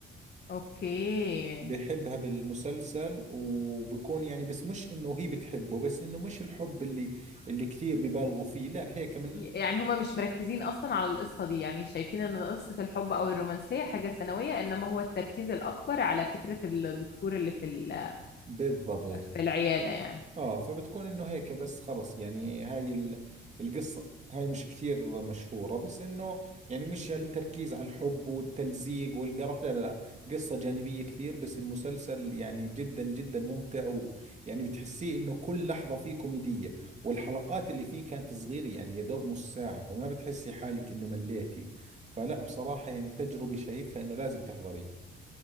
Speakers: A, on the left (about 55°); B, on the right (about 35°).
A: اوكي
B: بحبها بالمسلسل وبكون يعني بس مش انه هي بتحبه بس انه مش الحب اللي اللي كثير ببالغوا فيه لا هيك من
A: يعني هما مش مركزين أصلا على القصة دي يعني شايفين إن قصة الحب أو الرومانسية حاجة ثانوية إنما هو التركيز الأكبر على فكرة الدكتور اللي في ال-
B: بالضبط
A: في العيادة يعني
B: اه فبتكون انه هيك بس خلص يعني هاي ال- القصة هاي مش كثير مشهورة بس انه يعني مش هالتركيز على الحب والتلزيق والقرف لا لا لا قصة جانبية كثير بس المسلسل يعني جدا جدا ممتع ويعني بتحسيه انه كل لحظة فيه كوميدية والحلقات اللي فيه كانت صغيرة يعني يا دوب نص ساعة فما بتحسي حالك انه مليتي فلا بصراحة يعني تجربة شايفها انه لازم تحضريه